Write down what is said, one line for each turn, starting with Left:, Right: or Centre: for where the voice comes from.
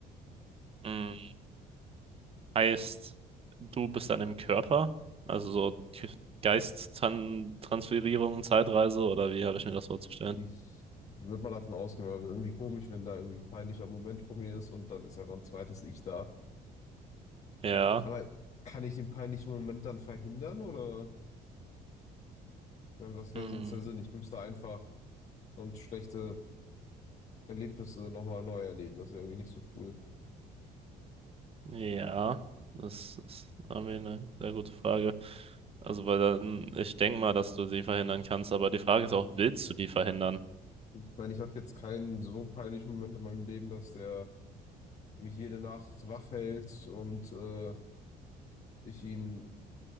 Right: Mm, Heißt, du bist dann im Körper? Also so K- Geisttransferierung, Zeitreise oder wie habe ich mir das vorzustellen?
Left: Ich würde mal davon ausgehen, weil wäre irgendwie komisch, wenn da irgendwie ein peinlicher Moment vor mir ist und dann ist einfach ein zweites Ich da.
Right: Ja.
Left: Aber kann ich den peinlichen Moment dann verhindern oder ich mein, was wäre
Right: Mm,
Left: sonst der Sinn? Ich müsste einfach und schlechte Erlebnisse nochmal neu erleben. Das ist ja irgendwie nicht so cool.
Right: Ja, das ist irgendwie eine sehr gute Frage. Also, weil dann, ich denke mal, dass du sie verhindern kannst, aber die Frage ist auch, willst du die verhindern?
Left: Ich meine, ich hatte jetzt keinen so peinlichen Moment in meinem Leben, dass der mich jede Nacht wach hält und äh, ich ihn